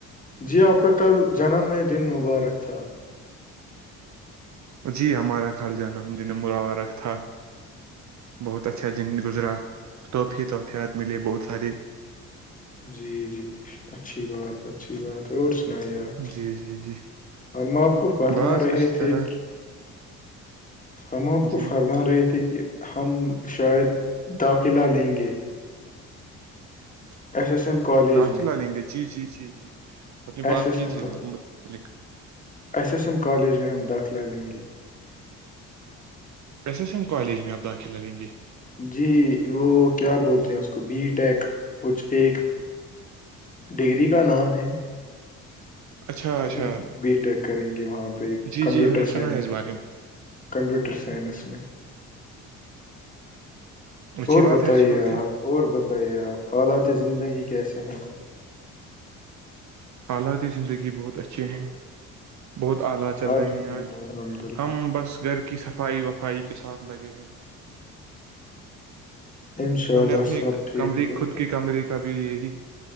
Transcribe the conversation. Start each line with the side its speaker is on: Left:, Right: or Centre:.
Left: جی آپ کا کل جنم میں دن مبارک تھا
Right: جی ہمارا کل جانم دن مروارکھ تھا بہت اچھا دن گزرا توحفے توحفعات ملے بہت سارے
Left: جی جی اچھی بات ہے اچھی بات ہے اور سنائیے اپ
Right: جی جی جی
Left: ہم آپ کو فرما
Right: بس
Left: رہے
Right: اچھی
Left: تھے
Right: طرح
Left: کہ ہم آپ کو
Right: جی
Left: فرما رہے تھے کہ ہم شاید داخلہ لیں گے ایس ایس ایم کالج
Right: داخلہ
Left: میں
Right: لیں گے جی جی جی جی اپ نے
Left: ایس
Right: بات
Left: ایس
Right: کی
Left: ایم
Right: تھی
Left: کا
Right: اس متعلق
Left: ایس ایس ایم کالج میں ہم داخلہ لیں گے
Right: ایس ایس ایم کالج میں آپ داخل لیں گے
Left: جی وہ کیا بولتے ہیں اس کو بی ٹیک کچھ ایک ڈگری کا نام ہے
Right: اچھا اچھا
Left: ہم بی ٹیک کریں گے وہاں پہ
Right: جی
Left: کمپیوٹر
Right: جی ہم نے
Left: سائنس
Right: سنا ہے اس بارے میں
Left: کمپوٹر سائنس میں
Right: اچھی
Left: اور
Right: بات
Left: بتائیے
Right: ہے اچھی بات
Left: آپ
Right: ہے
Left: اور بتائیے آپ حالات زندگی کیسے ہیں
Right: حالات زندگی بہت اچھے ہیں بہت آلی چل
Left: الحمد
Right: رہے ہیں
Left: للہ
Right: آج
Left: الحمد للہ
Right: ہم بس گھر کی صفائی وفائی کے ساتھ لگے ہیں
Left: انشاء
Right: ہم
Left: اللہ
Right: نے اپنی
Left: سب ٹھیک
Right: کمرے
Left: ہو
Right: خود کی کمرے کا بھی یہی